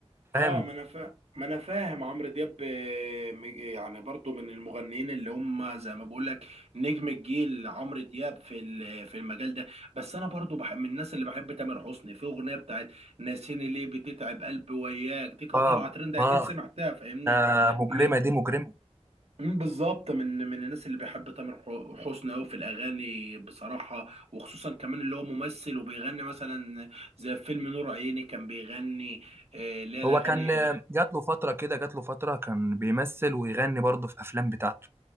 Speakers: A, on the right; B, on the right.
A: فاهم
B: اه ما انا فا... ما انا فاهم عمرو دياب آه، م- يعني برضو من المغنيين اللي هم زي ما بقول لك نجم الجيل عمرو دياب في ال- في المجال ده بس انا برضو بحب من الناس اللي بحب تامر حسني في اغنيه بتاعت ناسيني ليه بتتعب قلبي وياك دي كانت
A: اه
B: طالعه ترند اكيد
A: اه
B: سمعتها فاهمني
A: آه، مجرمه
B: من
A: دي مجرمه
B: مم، بالظبط من من الناس اللي بيحب تامر ح- حسني قوي في الاغاني بصراحه وخصوصا كمان اللي هو ممثل وبيغني مثلا زي فيلم نور عيني كان بيغني آه، اللي هي الاغاني
A: هو كان جات له فتره كده جات له فتره كان بيمثل ويغني برضه في افلام بتاعته